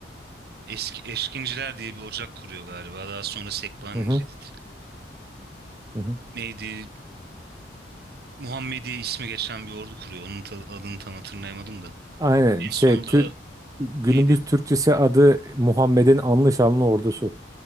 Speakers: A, on the right (about 55°); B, on the right (about 20°).
A: eski Eşkinciler diye bir ocak kuruyor galiba. Daha sonra Sekbani
B: Hı hı,
A: Cedid
B: hı hı.
A: neydi? Muhammediye ismi geçen bir ordu kuruyor. Onun ta- adını tam hatırlayamadım da.
B: Aynen
A: En
B: şey
A: sonunda
B: tü, günümüz
A: neydi?
B: Türkçesi adı Muhammed'in anlı şanlı ordusu.